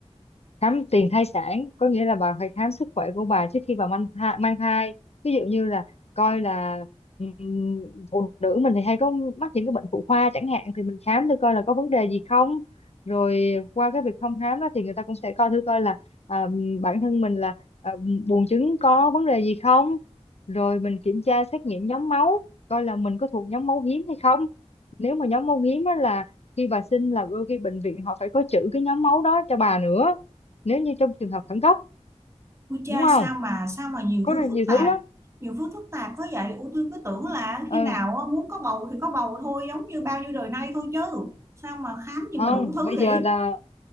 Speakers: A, on the left; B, on the right.
A: khám tiền thai sản có nghĩa là bà phải khám sức khỏe của bà trước khi bà mang thai, mang thai. ví dụ như là coi là ừm, phụ nữ mình thì hay có mắc những cái bệnh phụ khoa chẳng hạn thì mình khám thử coi là có vấn đề gì không rồi qua cái việc thăm khám đó thì người ta cũng sẽ coi thử coi là à, bản thân mình là à, buồng trứng có vấn đề gì không rồi mình kiểm tra xét nghiệm nhóm máu coi là mình có thuộc nhóm máu hiếm hay không nếu mà nhóm máu hiếm á là khi bà sinh là đôi khi bệnh viện họ phải có trữ cái nhóm máu đó cho bà nữa nếu như trong trường hợp khẩn cấp
B: Ui cha
A: đúng không
B: sao mà sao mà nhiều
A: có
B: thứ
A: rất là nhiều
B: phức tạp
A: thứ lắm
B: Nhiều thứ phức tạp quá vậy Ủa tôi cứ tưởng là khi
A: ừ
B: nào á, muốn có bầu Thì có bầu thôi giống như bao nhiêu đời nay thôi chứ Sao mà khám gì
A: không
B: mà đủ thứ
A: bây
B: vậy
A: giờ là